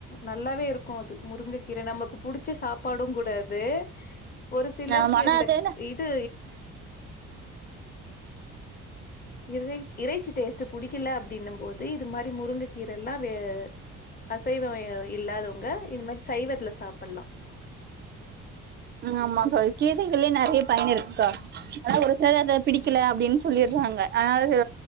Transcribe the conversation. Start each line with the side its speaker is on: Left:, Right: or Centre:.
Left: நல்லாவே இருக்கு அது முருங்க கீர நமக்கு புடிச்ச சாப் பாடு கூடாது ஒரு சிலருக்கு
Right: ஆஹ் மன
Left: இந்த
Right: அதை
Left: இது இறை இறைச்சி டேஸ்ட்ட் புடிக்கல அப்டின்னு போது இது மாதிரி முருங்க கீரல்லா வே அசைவ இல்லாதவங்க இது மாரி சைவத்துல சாப்புல்லா
Right: ஆமாக்கா கீசைகள்யே நெறைய பயன் இருக்குக்கா ஆனா ஒரு சிலரு அத பிடிக்கல
Left: ம்
Right: அப்டின்னு சொல்லிறாங்க ஆனா அது